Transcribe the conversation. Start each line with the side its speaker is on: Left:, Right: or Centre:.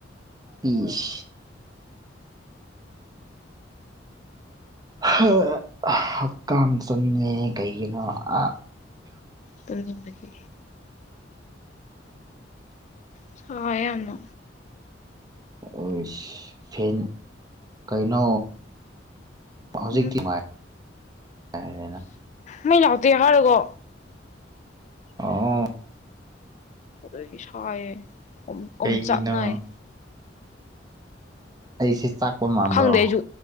Right: ꯄꯤꯁ ꯍꯥ ꯍꯛꯀꯥꯝ ꯆꯟꯉꯦ ꯀꯩꯒꯤꯅꯣ ꯑ
Left: ꯇꯨꯝꯅꯤꯡꯕꯒꯤ ꯁꯥꯏꯌꯦ ꯌꯥꯝꯅ
Right: ꯑꯣꯏꯁ ꯐꯦꯟ ꯀꯩꯅꯣ ꯍꯧꯖꯤꯛꯇꯤ
Left: ꯎꯝ
Right: ꯉꯥꯏ ꯉꯥꯏꯔꯦꯅ
Left: ꯃꯩ ꯂꯥꯛꯇꯦ ꯍꯥꯏꯔꯒ
Right: ꯑꯣ
Left: ꯑꯗꯨꯒꯤ ꯁꯥꯏꯌꯦ ꯑꯣꯝ ꯑꯣꯝꯆꯥꯛꯅꯩꯌ‌ꯦ
Right: ꯀꯩꯒꯤꯅꯣ ꯑꯩꯁꯦ ꯆꯥꯛꯄ ꯃꯥꯟꯕ꯭ꯔ‌ꯣ
Left: ꯈꯪꯗꯦ ꯑꯩꯁꯨ